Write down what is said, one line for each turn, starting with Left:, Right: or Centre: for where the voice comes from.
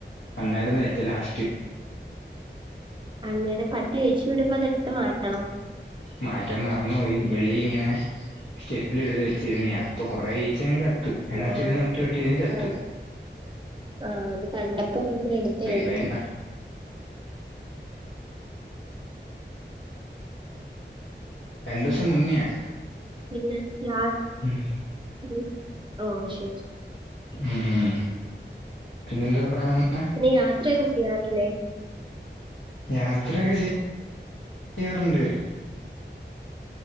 Left: അന്നായിരുന്ന് വെച്ച ലാസ്റ്റ്
Right: അങ്ങനെ പട്ടിയെ അഴിച്ചു വിടുമ്പോ അതെടുത്ത് മാറ്റണം
Left: മാറ്റാൻ മറന്നു പോയി വെളിയിൽ ഇങ്ങനെ സ്റ്റെപ്പില് എടുത്ത് വെച്ചിരുന്ന് ഞാൻ അപ്പൊ കൊറേ ഈച്ച അങ്ങ് ച ത്ത് എന്ന
Right: ഓഹ്.
Left: ത്തിരുന്നുഒട്ടി
Right: ശരി.
Left: ഒട്ടി ഇരുന്ന് ചത്ത്
Right: ആഹ്. ആഹ്. അത് കണ്ടപ്പോ വന്ന് എടുത്തയായിരിക്കും.
Left: ഇവൻ വേണ്ട രണ്ടു ദിവസം മുന്നെയാ
Right: പിന്നെ രാത്
Left: ഉം
Right: ത്രിഉം ഓ ശരി ശരി
Left: ഉം ഉം പിന്നെ എന്തൊക്കെ പറയാൻ വന്നെ
Right: പിന്നെ ഈ രാത്രി ഒ യ്യാറില്ലേ
Left: യാത്രൊക്കെ ചെയ് യാറുണ്ട്